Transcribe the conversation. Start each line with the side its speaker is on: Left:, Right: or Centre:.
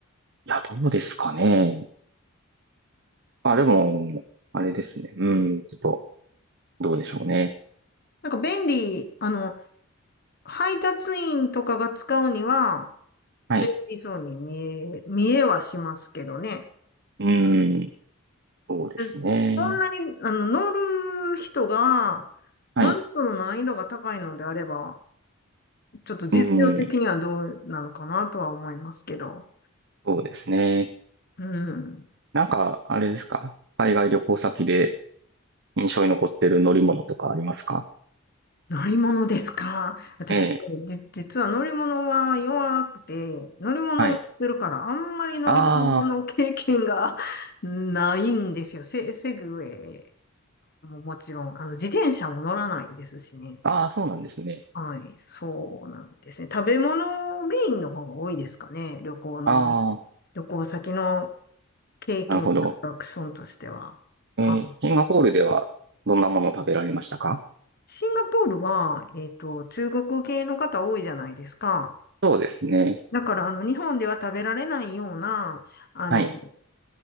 Right: や、どうですかね。まあ、でも、あれですね。うん。ちょっと、どうでしょうね。
Left: なんか便利、あの、配達員とかが使うには
Right: はい。
Left: 便利そうに見え、見えはしますけどね。
Right: うん。そうですね。
Left: でそんなに、あの、乗る人が、
Right: はい。
Left: 乗る人の難易度が高いのであれば、ちょっと実用的にはどうなのかなとは思いますけど。
Right: うん。そうですね。
Left: うん。
Right: なんか、あれですか海外旅行先で印象に残ってる乗り物とかありますか
Left: 乗り物ですか私、
Right: ええ。
Left: じ、実は乗り物は弱くて、乗り物酔いするから、
Right: はい。
Left: あんまり乗り物の経験が
Right: あ
Left: <laughs> ないんですよ。セ、セグウェイももちろん、あの、自転車も乗らないですしね。
Right: あ、ああ、そうなんですね。
Left: はい、そうなんですね。食べ物メインの方が多いですかね。旅行の、
Right: ああ、
Left: 旅行先の経験、
Right: なるほど。
Left: アトラクションとしては。はい
Right: えーシンガポールではどんなものを食べられましたか
Left: シンガポールは、えっと、中国系の方多いじゃないですか。
Right: そうですね。
Left: だから、あの、日本では食べられないような、あの、
Right: はい。